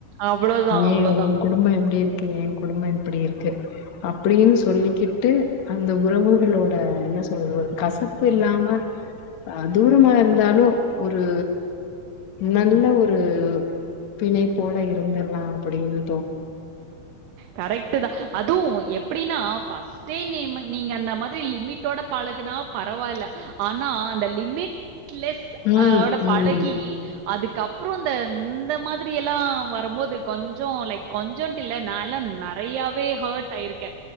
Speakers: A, on the right (about 85°); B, on the left (about 60°).
A: அவ்ளோதான்,
B: ஏ
A: அவ்ளோதான்.
B: உங்க குடும்பம் எப்படி இருக் எங் குடும்பம் அப்படி இருக்கு அப்படின்னு சொல்லிக்கிட்டு அந்த உறவுகளோட என்ன சொல்றது ஒரு கசப்பு இல்லாம தூரமா இருந்தாலு ஒரு நல்ல ஒரு பிணைப்போட இருந்துடலா அப்படின்னு
A: கரெக்ட் டு தா அதுவு எப்படின்னா ஃபஸ்ட்டே நீ நீங்க அந்த மாதிரி லிமிட்டோட பழகுனா பரவால்ல ஆனா அந்த லிமிட்லெஸ்
B: ம்
A: ஓட பழகி
B: ம்
A: அதுக்கப்பற இந்த இந்த மாதிரி எல்லா வரம்போது கொஞ்ச லைக் கொஞ்சன்ட்டு இல்ல நால்லாம் நறையாவே ஹர்ட் ஆயிருக்கே